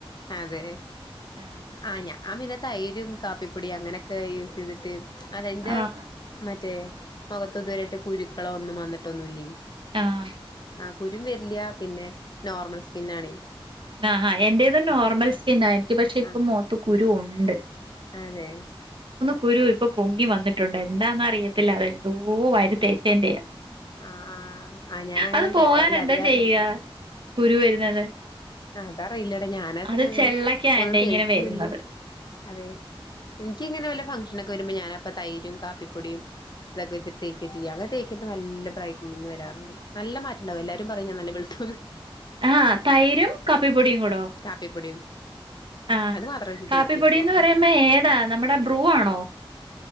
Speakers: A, on the left (about 45°); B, on the right (about 60°).
A: അതേ
B: ആഹ്
A: ആ ഞാൻ പിന്നെ തൈരും കാപ്പിപ്പൊടി അങ്ങനെയൊക്കെ യൂസ് ചെയ് അതെന്റെ
B: ആഹ്
A: മറ്റേ മുഖത്തിതുവരെയായിട്ട് കുരുക്കളോ ഒന്നും വന്നിട്ടൊന്നുമില്ലേ
B: ആഹ്
A: ആ കുരുവരില്ല പിന്നെ നോർമൽ സ്കിൻ ആണേ
B: ആ ആ എന്റേതും നോർമൽ സ്കിൻആ എനിക്ക് പക്ഷെ ഇപ്പോ
A: ആഹ്
B: മുഖത്തുകുരുവു ണ്ട്
A: അതെ
B: കുരു ഇപ്പോ പൊങ്ങിവന്നിട്ടുണ്ട് എന്താന്നറിയത്തില്ല അതെന്തോ വാരി തേച്ചയ്ന്റെയാ
A: ആഹ് ആഹ് ആഹ് ഞാനങ്ങനെ
B: അതുപോവാൻ
A: തേക്കാറില്ല
B: എന്താ
A: അത് കാരണം
B: ചെയ്യാ കുരു വരുന്നത്
A: അത് അറിയില്ലടാ ഞാനച്ചങ്ങനെ
B: അത് ചെള്ളക്കാ
A: ഒന്നും
B: എന്റെ
A: തേക്കൂല്ല
B: ഇങ്ങനെ വരുന്നത്.
A: അതെ ഇൻക്കിങ്ങനെ വല്ല ഫങ് ഷനൊക്കെ വരുമ്പോ ഞാനപ്പം തൈരും കാപ്പിപ്പൊടിയും ഇതൊക്കെ വെച്ചിട്ട് തേക്യാ ചെയ്യാ അതൊക്കെ തേക്കുമ്പോ നല്ല ബ്രയ്റ്റനിങ് വരാറുണ്ട് നല്ല മാറ്റണ്ടാവും എല്ലാരും പറയും ഞാൻ നല്ല വെളുത്തൂന്ന്
B: ആ തൈരും കാപ്പിപ്പൊടിയും കു‌ടോ
A: കാപ്പിപ്പൊടിയും
B: ആ
A: അത് മാത്രം വെച്ച്
B: കാപ്പിപ്പൊടിന്ന്
A: തേക്കും അപ്പൊ
B: പറയുമ്പോ ഏതാ നമ്മടെ ബ്രൂ ആണോ